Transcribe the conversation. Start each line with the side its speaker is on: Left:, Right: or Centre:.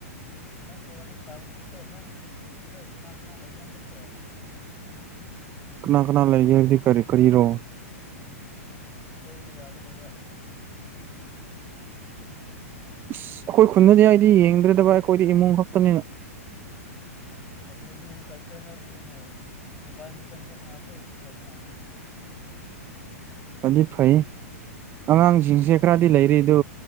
Left: ꯅꯣꯏꯒꯤ ꯋꯥꯔꯤ ꯁꯥꯕ ꯁꯨꯛꯇ ꯅꯣꯏ ꯈꯨꯟꯗ ꯀꯅꯥ ꯀꯅꯥ ꯂꯩꯒꯦ ꯍꯟꯗꯛꯄꯣ
Right: ꯀꯅꯥ ꯀꯅꯥ ꯂꯩꯒꯦ ꯍꯥꯌꯕꯗꯤ ꯀꯔꯤ ꯀꯔꯤ ꯔꯣ
Left: ꯑꯗꯨꯝ ꯀꯣꯏꯕ ꯌꯥꯒꯗꯧꯕ
Right: ꯑꯁ ꯑꯩꯈꯣꯏ ꯈꯨꯟꯗꯗꯤ ꯑꯩꯗꯤ ꯌꯦꯡꯗ꯭ꯔꯦꯗꯕ ꯑꯩꯈꯣꯏꯗꯤ ꯏꯃꯨꯡ ꯈꯛꯇꯅꯤꯅ
Left: ꯑꯗꯨ ꯏꯃꯨꯡ ꯁꯥꯏꯠꯇ ꯍꯥꯏꯔꯤꯕꯅꯤꯅꯦ ꯃꯣꯕꯥꯏ ꯃꯁꯦꯟ ꯊꯣꯛꯅꯕꯁꯨ ꯐꯩꯅ
Right: ꯐꯗꯤ ꯐꯥꯏ ꯑꯉꯥꯡꯁꯤꯡꯁꯦ ꯈꯔꯗꯤ ꯂꯩꯔꯤꯗꯨ